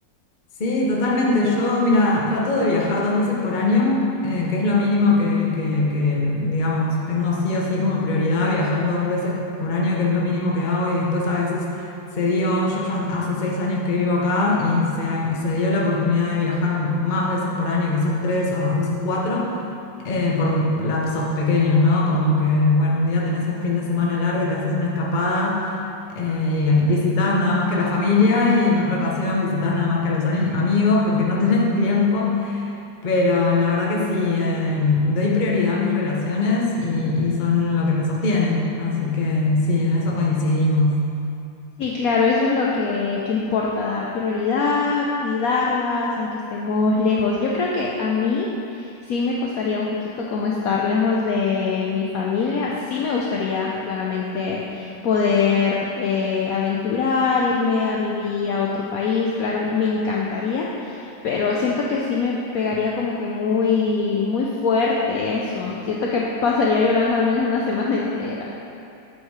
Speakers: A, on the left; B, on the left.
A: Sí, totalmente. Yo, mira, trato de viajar dos veces por año, eh, que es lo mínimo que, que, que, digamos, tengo sí o sí como prioridad viajar dos veces por año, que es lo mínimo que hago. Y después a veces se dio, yo ya hace seis años que vivo acá y se, se dio la oportunidad de viajar más veces por año, quizás tres o a veces cuatro, eh, por lapsos pequeños, ¿no? Como que, bueno, un día tenés un fin de semana largo y te haces una escapada eh, visitabas nada más que la familia y en otra ocasión visitas nada más que a los ani- amigos porque no <laughs> tenés tiempo, pero la verdad que sí, eh, doy prioridad a mis relaciones y, y son lo que me sostiene, así que sí, en eso coincidimos.
B: Sí, claro, eso es lo que, que importa, dar prioridad, cuidarlas, aunque estemos lejos. Yo creo que a mí sí me costaría un poquito como estar lejos de mi familia. Sí me gustaría claramente poder eh, aventurar, irme a vivir a otro país, claro, me encantaría, pero siento que sí me pegaría como que muy, muy fuerte eso. Siento que pasaría llorando al menos una <laughs> semana entera.